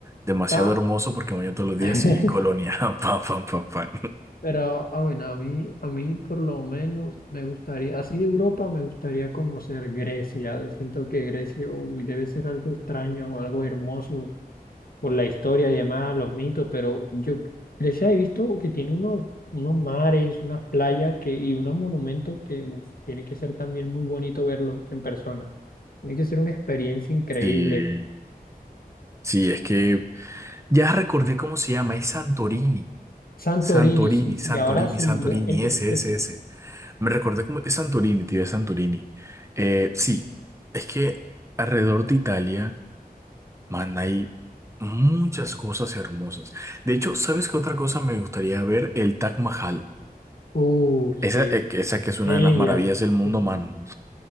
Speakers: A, on the right; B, on the left.
A: demasiado
B: Ah,
A: hermoso porque me baño todos los días
B: <laughs>
A: y colonia. <laughs> Pam, pam, pam, pam.
B: Pero, ah, bueno, a mí, a mí por lo menos me gustaría, así de Europa me gustaría conocer Grecia. Siento que Grecia, uy, debe ser algo extraño, algo hermoso por la historia y demás, los mitos, pero yo Grecia he visto que tiene unos, unos mares, unas playas que, y unos monumentos que uf, tiene que ser también muy bonito verlo en persona. Tiene que ser una experiencia increíble.
A: Sí, sí, es que Ya recordé cómo se llama, es Santorini.
B: Santorini,
A: Santorini,
B: sí, sí,
A: Santorini,
B: ahora sí,
A: Santorini,
B: yo, eso
A: ese,
B: es de
A: ese,
B: que,
A: ese. Me recordé cómo es Santorini, tío, es Santorini. Eh, sí, es que alrededor de Italia, man, hay muchas cosas hermosas. De hecho, ¿sabes qué otra cosa me gustaría ver? El Taj Mahal.
B: uff,
A: Esa,
B: sí,
A: eh, que- esa que es una
B: en
A: de
B: India,
A: las maravillas del mundo,
B: sí, sí.
A: man.